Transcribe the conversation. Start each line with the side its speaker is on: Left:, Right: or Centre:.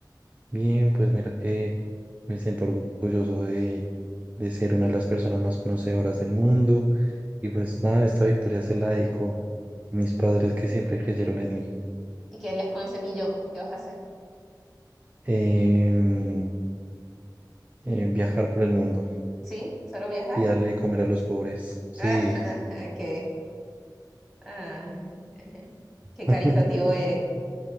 Right: Bien, pues mira que me siento orgulloso de, de ser una de las personas más conocedoras del mundo. Y pues nada, esta victoria se la dedico a mis padres que siempre creyeron en mí.
Centre: ¿Y qué harías con ese millón? ¿Qué vas a hacer?
Right: Em, em, viajar por el mundo
Centre: ¿Sí? ¿Solo viajar?
Right: y darle de comer a los pobres. Sí,
Centre: <laughs> Ajá, qué, ah, <laughs> qué
Right: <laughs>
Centre: caritativo eres.